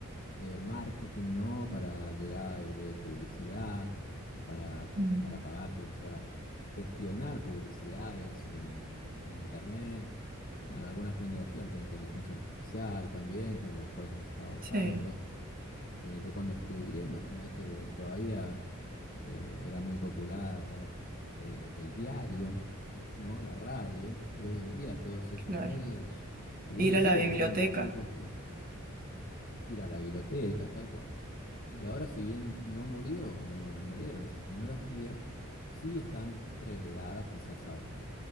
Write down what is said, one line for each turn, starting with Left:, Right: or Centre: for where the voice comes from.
Left: eh, marketing, ¿no? Para llegada de publicidad, para,
Right: mm,
Left: pu- para pagar publicidad, para gestionar publicidades en, en Internet. Bueno, algunas tecnologías de inteligencia artificial también, que las cuales no estaba al
Right: sí,
Left: tanto. Eh, yo cuando estudié, imagínate, todavía eh, era muy popular eh, el diario, ¿no? La radio, y hoy en día todos esos
Right: claro,
Left: medios, si bien
Right: ir
Left: siguen
Right: a la biblioteca,
Left: siendo muy populares, ir a la biblioteca, tal cual. Y ahora, si bien no murió, no, no murieron esas tecnologías, sí están relegadas quizás a